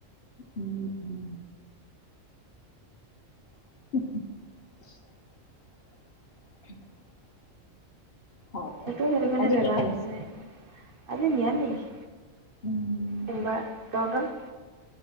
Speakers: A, on the left; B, on the right.
A: উম-উম। <inaudible> <inaudible> হয় দে
B: সেইটো, সেইটো কাৰণে
A: আজি
B: বেমাৰ
A: কি খালি
B: হৈছে। আজি নিৰামিষ।
A: উম,
B: সোমবাৰ। তহঁতৰ?